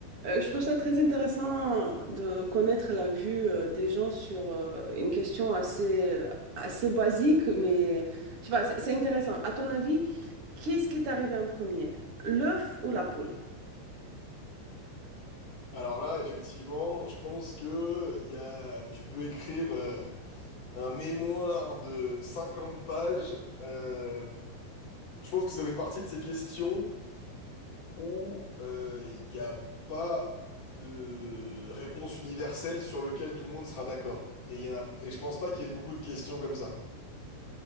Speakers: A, on the right; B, on the left.
A: Euh, je trouve ça très intéressant de connaître la vue euh, des gens sur euh, une question assez, assez basique, mais je sais pas, c'est c'est intéressant. À ton avis, qu'est-ce qui est arrivé en premier? L'œuf ou la poule?
B: Alors là, effectivement, je pense que il y a, tu peux écrire euh, un mémoire de 50 pages. Euh, je pense que ça fait partie de ces questions où euh, il n'y a pas de réponse universelle sur lequel tout le monde sera d'accord. Et, il y en a, et je pense pas qu'il y ait beaucoup de questions comme ça.